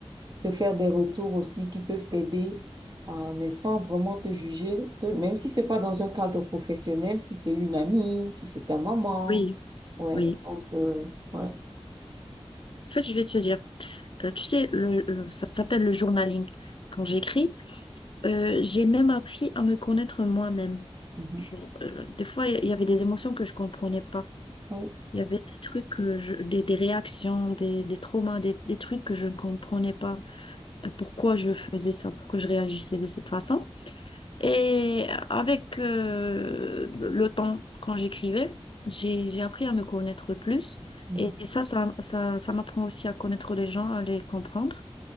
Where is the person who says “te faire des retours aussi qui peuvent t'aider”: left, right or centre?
Right